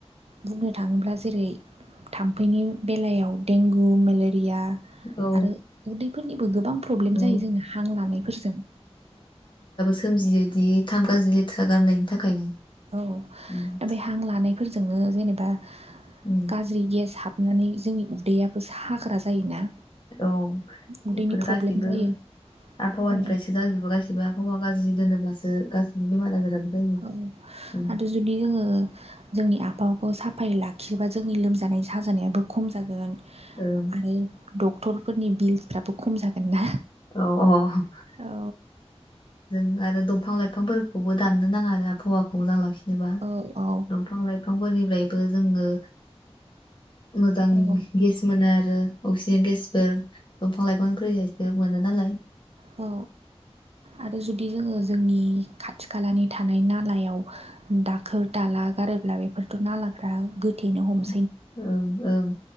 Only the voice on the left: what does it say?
औ
औ
सोमजियोदि थाम गाजि लेथ्रा गारनायनि थाखायनो
उम,
उम,
औ
बेफोर
गासैबो
आबहावानिफ्रायसो
जाजोबो गासिबो आबहावा गाज्रि दोनोब्लासो गासिबो बेमार आजाराबो जायो
उम,
ओं
अ अ
जों आरो दंफां लाइफांफोर खौबो दाननो नाङा आरो आबहावाखौ मोजां लाखिनोबा
दंफां लाइफांफोरनिफ्राय बो जोङो मोजां
गेस मोनो आरो आरो अक्सिजेन गेसफोर दंफां लाइफांनि योसो मोनो नालाय
औ ओं